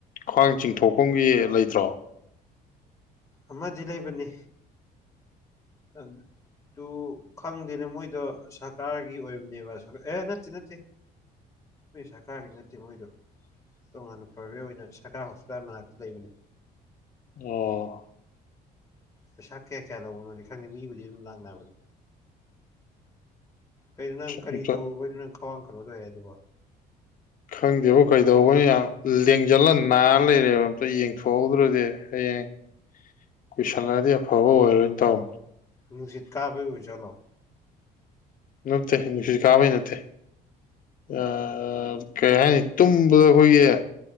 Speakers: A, on the left; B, on the left.
A: ꯈ꯭ꯋꯥꯡ ꯆꯤꯡꯊꯣꯛꯐꯝꯒꯤ ꯂꯩꯇ꯭ꯔꯣ
B: ꯑꯃꯗꯤ ꯂꯩꯕꯅꯦ ꯎꯝ ꯇꯨ ꯈꯪꯗꯦꯅ ꯃꯣꯏꯗꯣ ꯁꯔꯀꯥꯔꯒꯤ ꯑꯣꯏꯕꯅꯦꯕ ꯑꯦ ꯅꯠꯇꯦ ꯅꯠꯇꯦ ꯃꯣꯏ ꯁꯔꯀꯔꯒꯤ ꯅꯠꯇꯦ ꯃꯣꯏꯗꯣ ꯇꯉꯥꯟꯅ ꯄ꯭ꯔꯣꯕꯦꯠ ꯑꯣꯏꯅ ꯁꯔꯀꯥꯔ ꯍꯣꯁꯄꯤꯇꯥꯜ ꯃꯅꯥꯛꯇ ꯂꯩꯕꯅꯦ
A: ꯑꯣ
B: ꯄꯩꯁꯥ ꯀꯌꯥ ꯀꯌꯥ ꯂꯧꯕꯅꯣꯗꯤ ꯈꯪꯗꯦ ꯃꯤꯕꯨꯗꯤ ꯑꯗꯨꯝ ꯂꯥꯛꯅꯕꯅꯤ ꯑꯩꯩꯅꯣ ꯅꯪ ꯀꯔꯤ
A: ꯑꯝꯇ
B: ꯇꯧꯔꯨꯕꯩꯗꯣ ꯅꯪ ꯈ꯭ꯋꯥꯡ ꯀꯩꯅꯣ ꯇꯧꯋꯦ ꯍꯥꯏꯗꯨꯕꯨ
A: ꯈꯪꯗꯦꯕꯣ ꯀꯩꯗꯧꯕꯅꯣ ꯌꯥꯝ ꯂꯦꯡꯖꯜꯂ ꯅꯥꯔ ꯂꯩꯔꯦꯕ ꯑꯝꯇ ꯌꯦꯡꯊꯣꯛꯍꯧꯗ꯭ꯔꯗꯤ ꯑꯩ ꯍꯌꯦꯡ ꯀꯨꯏꯁꯜꯂꯛꯑꯗꯤ ꯑꯐꯕ ꯑꯣꯏꯔꯣꯏ ꯇꯧꯕꯅꯦ
B: ꯅꯨꯡꯁꯤꯠ ꯀꯥꯕꯩ ꯑꯣꯏꯖꯥꯠꯂꯣ
A: ꯅꯠꯇꯦ ꯅꯨꯡꯁꯤꯠ ꯀꯥꯕꯩ ꯅꯠꯇꯦ ꯑꯥ ꯀꯩ ꯍꯥꯏꯅꯤ ꯇꯨꯝꯕꯗ ꯑꯈꯣꯏꯒꯤ